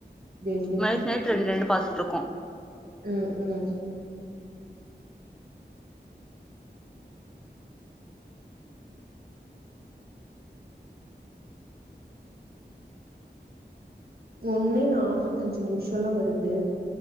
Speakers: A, on the right; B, in the centre.
A: டெய்லியு
B: நைட் நைட் ரெண்டு ரெண்டு பாத்துட்டு இருக்கோ
A: ம் ம் ஒன்னு நாப்பத்தஞ்சு நிமிஷல்லா வருது